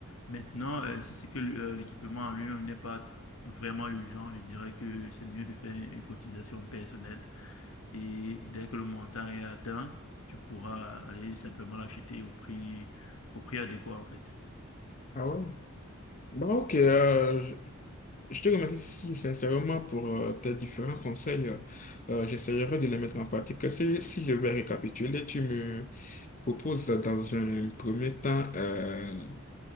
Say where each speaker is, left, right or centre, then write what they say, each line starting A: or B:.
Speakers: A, on the left; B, on the left.
A: Maintenant, euh, si c'est que l- euh, l'équipement en lui-même n'est pas vraiment urgent, je dirais que c'est mieux de faire une cotisation personnelle et dès que le montant est atteint, tu pourras aller simplement l'acheter au prix, au prix adéquat en fait.
B: ah ouais. Bon, ok, euh, Je te remercie si sincèrement pour euh, tes différents conseils. Euh, euh, j'essaierai de les mettre en pratique. Si, si je vais récapituler, tu me proposes dans un premier temps euh,